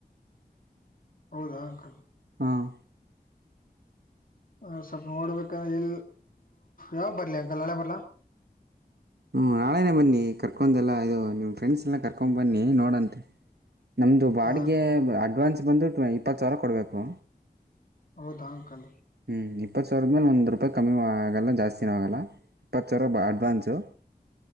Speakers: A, on the left; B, on the right.
A: ಹೌದಾ ಅಂಕಲ್.
B: ಹ್ಮ್.
A: ಹ ಸ್ವಲ್ಪ ನೋಡ್ಬೇಕ ಇ ಯಾವ್ಗ ಬರ್ಲಿ ಅಂಕಲ್ ನಾಳೆ ಬರ್ಲಾ.
B: ಹ್ಞೂ ನಾಳೆೇನೆ ಬನ್ನಿ ಕರ್ಕೊಂದೇಲ್ಲ ಇದು ನಿಮ್ಮ ಫ್ರೆಂಡ್ಸ್ ಎಲ್ಲ ಕರ್ಕೊಂಡು ಬನ್ನಿ ನೋಡಂತೆ. ನಮ್ಮದು ಬಾಡಿಗೆ
A: ಹಾ ಅಂಕಲ್
B: ಅಡ್ವಾನ್ಸ್ ಬಂದು ಟ್ವ ಇಪ್ಪತ್ತು ಸಾವಿರ ಕೊಡಬೇಕು.
A: ಹೌದಾ ಅಂಕಲ್.
B: ಹ್ಞೂ ಇಪ್ಪತ್ತ ಸಾವ್ರದ ಮೇಲೆ ಒಂದು ರೂಪಾಯಿ ಕಮ್ಮಿ ಆಗಲ್ಲ ಜಾಸ್ತಿನು ಆಗಲ್ಲ ಇಪ್ಪತ್ತು ಸಾವ್ರ ಬ ಅಡ್ವಾನ್ಸು.